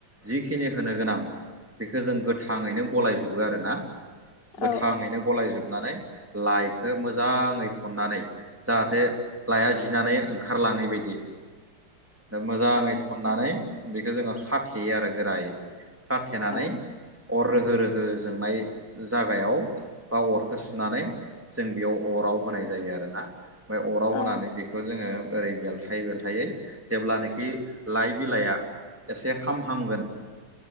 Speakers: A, in the centre; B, on the left (about 30°).
A: जिखिनि होनो गोनां। बेखौ जों गोथाङैनो गलायजोबो आरोना गोथाङैनो
B: औ
A: गलायजोबनानै लाइखौ मोजाङै थन्नानै जाहाथे लइया जिनानै ओंखारलाङै बायदि दा मोजाङै
B: औ
A: थन्नानै बेखौ जोङो खाथेयो आरो गोरायै। थेनानै
B: औ
A: अर रोहो रोहो जोंनाय जागायाव बा अरखौ सुनानै जों बेयाव अराव होनाय जायो आरोना। ओमफ्राय अराव
B: औ
A: होनानै बेखौ जोङो ओरै बेलथायै बेलथायै जेब्लानाखि लाइ बिलाइया एसे खामहांगोन